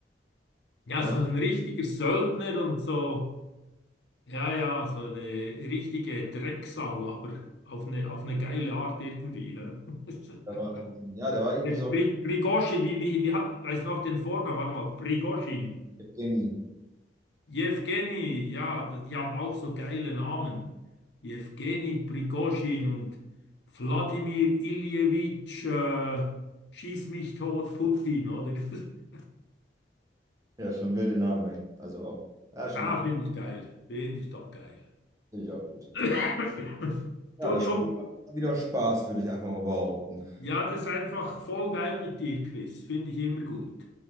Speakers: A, on the left (about 70°); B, on the right (about 20°).
A: Ja,
B: Oder?
A: so ein richtiger Söldner und so. Ja, ja, so eine richtige Drecksau, aber auf eine, auf eine geile Art irgendwie. Ja. <laughs>
B: Der war irgendwie, ja, der war irgendwie
A: Der
B: so
A: Pri Prigozhin, wie, wie, wie hat, weiß noch den Vornamen, warte mal, Prigozhin.
B: Evgeny.
A: Jewgeni, ja, die haben auch so geile Namen. Jewgeni Prigozhin und Wladimir Iljewitsch, äh, schieß mich tot, Putin, oder? <laughs>
B: Ja, schon wilde Namen, ey. Also auch, ja, schon
A: Ah,
B: natürlich
A: finde ich geil. Finde ich doch geil.
B: auch gut.
A: <coughs>
B: Ja,
A: Entschuldigung.
B: das Spiel macht wieder Spaß, würde ich einfach mal behaupten.
A: Ja, das ist einfach voll geil mit dir, Chris. Finde ich immer gut.